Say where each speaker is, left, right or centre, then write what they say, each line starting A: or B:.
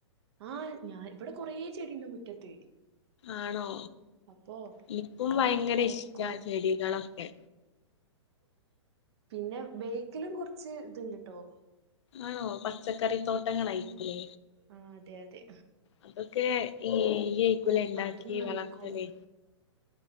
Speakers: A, on the right (about 60°); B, on the left (about 65°).
A: ആഹ് ഞാൻ ഇവിടെ കൊറേ ചെടിഇണ്ട് മുറ്റത്ത്
B: ആണോ
A: അപ്പൊ
B: എനിക്കും
A: അത്ങ്ങനെ
B: ഭയങ്കര
A: നനക്കും
B: ഇഷ്ടാ ചെടികളൊക്കെ
A: പിന്നെ ബേക്കിലും കുറച്ച് ഇതുണ്ട്ട്ടോ
B: ആണോ പച്ചക്കറി തോട്ടങ്ങളായിട്ടുള്ളേ
A: ആഹ് അതെ അതെ
B: അതൊക്കെ ഇയ്യ് അയ്ക്കുലെ
A: അപ്പൊ
B: ഇണ്ടാക്കി
A: അതും നനക്കും
B: വളർത്തല്